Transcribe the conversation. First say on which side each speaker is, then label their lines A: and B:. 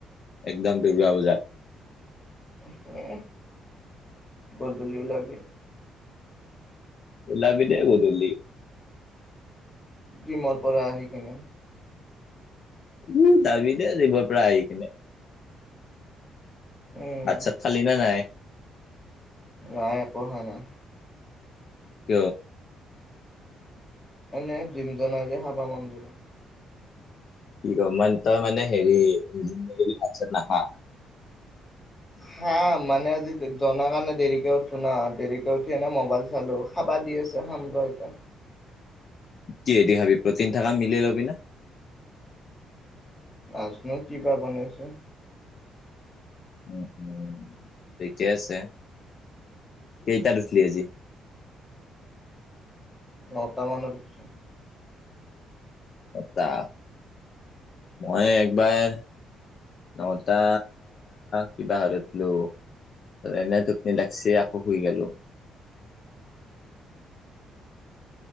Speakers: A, on the left; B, on the left.
A: একদম দূৰ্গা পূজাত
B: হে, গধূলি ওলাবি।
A: ওলাবি দে গধূলি।
B: জিমৰ পৰা আহি কিনে
A: উ তাবি দে এই ভৰ পৰা আহ কি ননে
B: উম
A: আচ্ছা থালি ন নাই
B: নাই একো হয় নাই
A: ক
B: এনে জিম জ যে হাবা মানুহজনো
A: কি কম মান তই মানে হেৰি জিগ ভাত চাত নখা
B: হা মানে আজি জননা কাৰণে দেৰিকে উঠো ন দেৰিকে উঠি আনে মোবাইল চালো খাবা দি আছে খাম এতিয়া
A: কি এদি হাবি প্ৰ তিনি <unintelligible> মিলি লবি ন
B: আাজনো কিবা বনাইছো
A: উ উম ঠিকে আছে। কেইটাত উঠলি আজি
B: নটা মানৰ পিছত
A: টা মই একবাৰ নটা কিবা হতলো এনে ধপনি লাগছে আকৌ শুই গেলো
B: <inaudible>